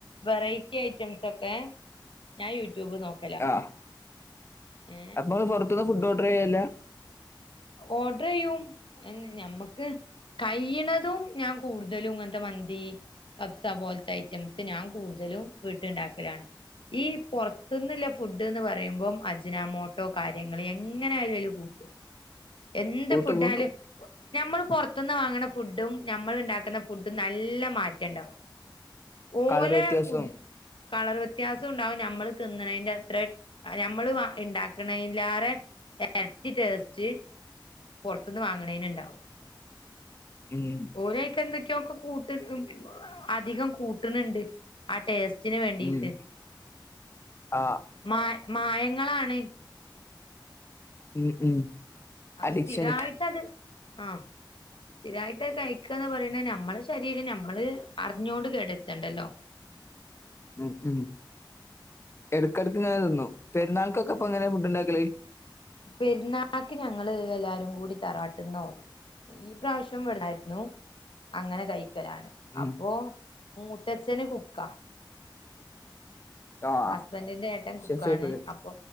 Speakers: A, on the left; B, on the left.
A: വെറൈറ്റി ഐറ്റംസൊക്കെ. ഞാ യൂടൂബ് നോക്
B: ആഹ്
A: ഉം.
B: അപ്പൊ ങ്ങള് പൊറത്ത്‌ന്ന് ഫുഡ്ഡ് ഓഡറെയ്യല്ല.
A: ഓഡ്രെയ്യും. ഞമ്മക്ക് കയ്യ്ണതും ഞാൻ കൂടുതലും ഇങ്ങൻത്ത മന്തി. കബ്സ പോൽത്തെ ഐറ്റംസ് ഞാൻ കൂടുതലും വീട്ട്ണ്ടാക്കലാണ്. ഈ പൊർത്ത്‌ന്ന്ല്ല ഫുഡ്ഡ്ന്ന് പറയുമ്പോ അജനാമോട്ട കാര്യങ്ങള് എങ്ങനായാലും അയ്ല് കൂട്ടും. എന്ത്
B: കൂട്ടും
A: ഫുഡായാലും.
B: കൂട്ടും
A: ഞമ്മള് പൊർത്ത്‌ന്ന് വാങ്ങണ ഫുഡും നമ്മൾ ഉണ്ടാക്കുന്ന ഫുഡും നല്ല മാറ്റണ്ടാവും. ഓല
B: കളർ വ്യത്യാസവും
A: ഫുഡ് കളർ വ്യത്യാസുണ്ടാവും, നമ്മള് തിന്നണതിന്റെത്ര ഞമ്മള് ഇണ്ടാക്കണേലേറെ എരട്ടി ടേസ്റ്റ്. പൊർത്ത്‌ന്ന് വാങ്ണേന്ണ്ടാവും.
B: ഉം.
A: ഓരയ്ക്കെന്തൊക്കെയോ ഒക്കെ കൂട്ട് അധികം കൂട്ടുണ് ണ്ട് ആ ടേസ്റ്റിന് വേണ്ടിയിട്ട്
B: ഉം ആഹ്
A: മാ മായങ്ങളാണ്.
B: ഉം ഉം.
A: അപ്പ
B: അഡിക്ഷന്
A: സ്ഥിരവായിട്ടത് ആഹ്. സ്ഥിരായിട്ടഹ് കഴിക്കന്ന് പറയണ നമ്മളെ ശരീരം നമ്മള് അറിഞ്ഞോണ്ട് കേടര്ത്തണ്ടല്ലോ.
B: ഉം ഉം എട്ക്കെട്ക്ക്ങ്ങനെ തിന്നും. പെരുന്നാൾക്കൊക്കെപ്പ എങ്ങനേ ഫുഡ് ണ്ടാക്കല്.
A: പെര്ന്നാക്ക് ഞങ്ങള് എല്ലാരും കൂടി തറവാട്ട്ന്നോ. ഈ പ്രാവശ്യം വടായിരുന്നു, അങ്ങനെ കയിക്കലാണ്.. അപ്പോ
B: ഉം
A: മൂത്തച്ഛന് കുക്ക.
B: ആഹ്
A: ഹസ്ബന്റിന്റെ ഏട്ടൻ കുക്കാണ്.
B: ഷെഫേക്കുലേ
A: അപ്പൊ